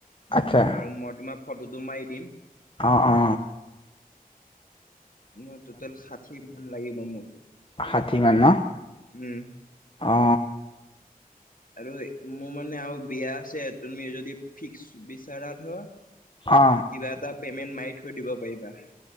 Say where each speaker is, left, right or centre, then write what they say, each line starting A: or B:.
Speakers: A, on the left; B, on the left.
A: আচ্ছা
B: আৰু মই তোমাৰ ফটোটো মাৰি দিম
A: অ-অ
B: ন টোটেল ষাঠি মান লাগিব মোক
A: ষাঠিমান ন
B: উম
A: অ
B: আৰু মোৰ মানে আৰু বিয়া আছে তুমি যদি ফিক্স বিচাৰা ধ
A: অ
B: কিবা এটা পেমেন্ট মাৰি থৈ দিব পাৰিবা